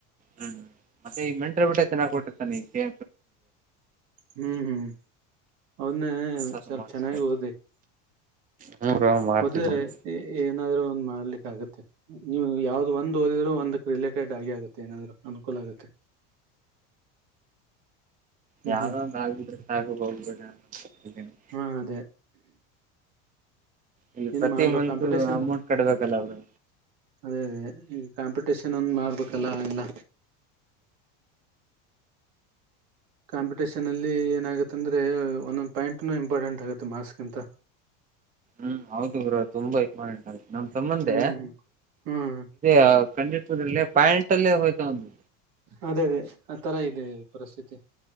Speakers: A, on the right; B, on the right.
A: ಹ್ಮ್ ಮತ್ತೆ ಈ ಮೆಂತ್ರಿ ಬಿಟ್ಟೆ ಚೆನ್ನಾಗ್ ಕೊಟ್ಟಿರ್ತಾನಕ್ಷೆ.
B: ಹ್ಮ್ ಹ್ಮ್. ಅವನ್ನ
A: ಅಂದ್ರೆ
B: ಸ್ವಲ್
A: ಮಾಡ್ತ
B: ಚೆನ್ನಾಗಿ ಓದಿ
A: ಹ್ಮ ಬ್ರೋ ಮಾಡ್ತಿದ್ದೀನಿ
B: ಓದಿರಿ. ಏನಾದ್ರು ಒಂದ್ ಮಾಡ್ಲಿಕ್ಕ ಆಗುತ್ತೆ. ನೀವು ಯಾವ್ದ್ ಒಂದ್ ಓದಿದ್ರರು ಒಂದಕ್ ರಿಲೇಟೆಡ್ ಆಗಿ ಆಗತ್ತೆ ಏನಾದ್ರು ಅನುಕೂಲ ಆಗುತ್ತೆ. ಹ್ಮ್
A: ಯಾವ್ದ
B: ಹ್ಮ್
A: ಒಂದು ಆಗಬ್ರೆ ಸಾಕು. <unintelligible>
B: ಹಾ ಅದೇ.
A: ಇಲ್ಲಿ
B: ಏನ್
A: ಪ್ರತಿ
B: ಮಾಡ್ಬೇಕು
A: ಮತ್
B: ಕಾಂಪಿಟೇಷನ್
A: ಅಮೌಂಟ್ ಕಟ್ಬೇಕಲ್ಲ ಅವರು.
B: ಅದೇ ಅದೇ ಈಗ ಕಾಂಪಿಟೇಷನ್ ಒಂದ ಮಾಡ್ಬೇಕಲ್ಲ ಎಲ್ಲ. ಕಾಂಪಿಟೇಷನ್ ಅಲ್ಲಿ ಏನಾಗುತ್ತೆಂದ್ರೆ ಒಂದೊಂದು ಪಾಯಂಟ್ನು ಇಂಪಾರ್ಟೆಂಟ್ ಆಗುತ್ತೆ ಮಾರ್ಸ್ಗಿಂತ.
A: ಹ್ಮ್ ಹೌದು ಗುರ ತುಂಬಾ ಇಂಪಾರ್ಟೆಂಟ್ ಆಗ ನಮ್ ತಮ್ಮಂದೆ.
B: ಹ್ಮ್ ಹ್ಮ್
A: ಅ ಕಂಡಿತಲ್ಲ ಪ್ಯಾಂಟ್ ಅಲ್ಲೇ ಹೋಯ್ತ ಒಂದು.
B: ಅದೇ ಅದೇ ಆ ತರ ಇದೆ ಪರಿಸ್ಥಿತಿ.